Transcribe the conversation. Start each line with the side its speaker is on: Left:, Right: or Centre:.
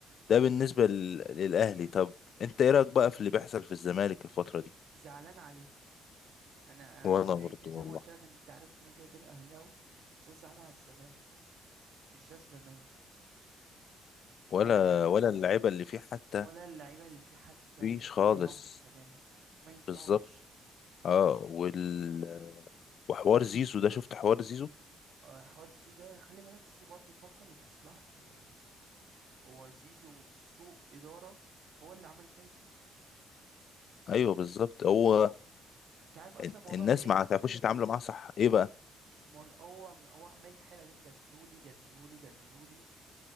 Left: ده بالنسبة لل... للأهلي طب انت ايه رأيك بقى في اللي بيحصل في الزمالك الفترة دي
Right: زعلان عليه أنا
Left: ولا
Right: مع
Left: برضه
Right: إن
Left: والله
Right: زي ما قلت لك أنت عارف إن أنا كده كده أهلاوي بس أنا زعلان على الزمالك مش ده الزمالك
Left: ولا
Right: آه
Left: ولا اللعيبة اللي فيه حتى
Right: ولا اللعيبة اللي فيه حتى
Left: مفيش
Right: ينفعوا
Left: خالص
Right: يلعبوا في الزمالك ما ينفعش
Left: بالظبط اه وال... وحوار زيزو ده شفت حوار زيزو
Right: آه حوار زيزو ده خلي بالك زيزو برضه فكر لمصلحته يعني هو زيزو سوء إدارة هو اللي عمل كده زيزو
Left: ايوه بالظبط هو
Right: اهو انت عارف اصلا
Left: ال-
Right: الموضوع
Left: الناس
Right: في ايه
Left: ما تعرفوش يتعاملوا معاه صح ايه بقى
Right: الموضوع هو هو عمال يتحايل عليهم جددولي جددولي جددولي